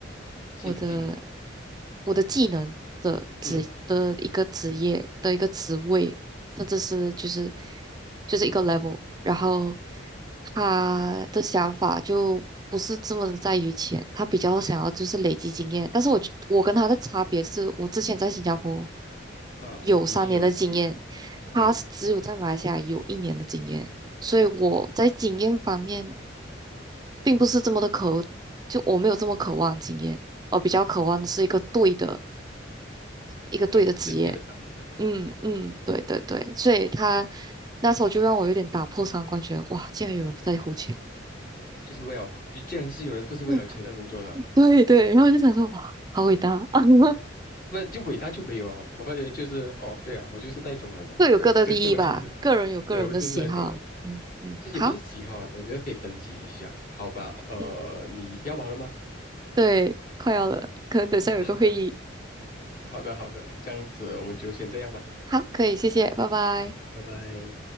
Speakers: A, on the left; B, on the right.
A: 心经，
B: 我的我的技能的职的一个职业的一个职位，
A: 嗯
B: 这这是就是就是一个 level，然后他的想法就不是这么的在于钱，他比较想要就是累积经验。但是我觉我跟他的差别是我之前在新加坡
A: 啊，
B: 有三年的经验，
A: 已经有了记，对，
B: 他是只有在马来西亚有一年的经验，所以我在经验方面并不是这么的渴，就我没有这么渴望经验，我比较渴望的是一个对的
A: 嗯，
B: 一个对的职业。
A: 对，就是配得上你的，
B: 嗯嗯，
A: 嗯，
B: 对对对，所以他那时候就让我有点打破三观，觉得哇，竟然有人不在乎钱。
A: 就是为了，你既然是有人不是为了钱而工作的，
B: <laughs> 对对，然后就想说哇，好伟大，<laughs>
A: 嗯那就伟大就没有了。我发觉就是，哦，对啊，我就是那种人啊，
B: 各有各的利益吧，
A: 就这 <laughs> 我就是，
B: 个人有个人的喜好。
A: 对，我就是那种人，
B: 嗯嗯，
A: 这也不是喜好了，
B: 好，
A: 我觉得可以分析一下，好吧？呃，
B: 嗯，
A: 你要忙了吗？
B: 对，快要了，可能等下有个会议。
A: 好的，好的，好的，这样子我们就先这样吧，
B: 好，可以，谢谢，拜拜。
A: 拜拜。